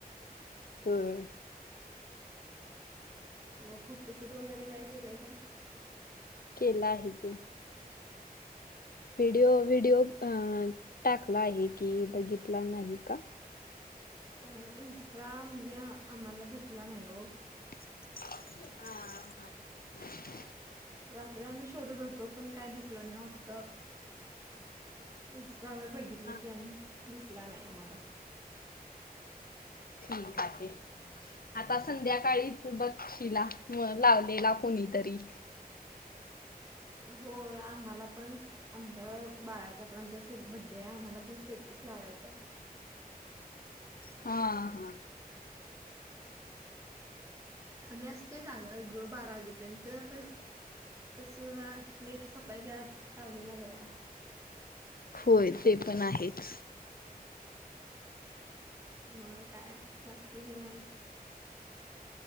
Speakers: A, on the left; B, on the right.
A: बरं.
B: मग फोटोशूट वगैरे काय केलंय का?
A: केला आहे की.
B: <inaudible>
A: व्हिडिओ व्हिडिओ अ टाकला आहे की बघितला नाही का?
B: अ इन्स्ट्रा म्हणजे आम्हाला दिसला नाही ओ.
A: हा हा.
B: रात्री आम्ही शोधत होतो पण काय दिसला नाही वॉट्सअप. इन्स्टावर बघितलं
A: हा
B: की आम्ही दिसला नाही आम्हाला.
A: ठीक आहे. आता संध्याकाळीच बक्षीला म लावलेला कोणीतरी.
B: होय आम्हाला पण आमच्या बाळाचा पण आमचं सेली बड्डे आहे आम्हाला पण स्टेटस लावायच आहे.
A: हा हा.
B: आम्ही असतोय जागं बारा वाजेपर्यंत पण कसं नेट सपायच्या आत लावलेला बरा.
A: होय ते पण आहेच.
B: म काय बाकी निवात.